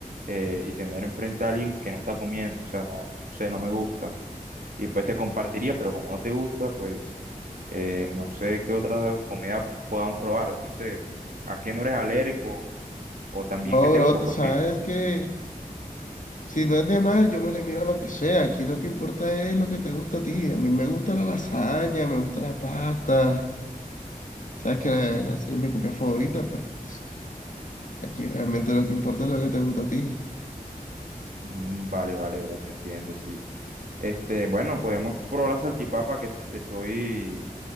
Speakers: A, on the right; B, on the left.
A: eh, y tener enfrente a alguien que no está comiendo, o sea, no sé, no me gusta. Y pues te compartiría, pero como no te gusta, pues eh, no sé qué otra comida podamos probar, no sé, a qué no eres alérgico o también
B: No,
A: qué te
B: bro,
A: gusta,
B: tú
A: porque...
B: sabes que si no es de mar, yo me le mido a lo que sea. Aquí lo que importa es lo que te gusta a ti. A mí me gusta la lasaña, me gusta la pasta. Sabes que la lasaña es mi comida favorita, pero pues, aquí realmente lo que importa es lo que te gusta a ti.
A: Mm, Vale, vale, bro, te entiendo, sí. Este, bueno, podemos probar la salchipapa que te estoy,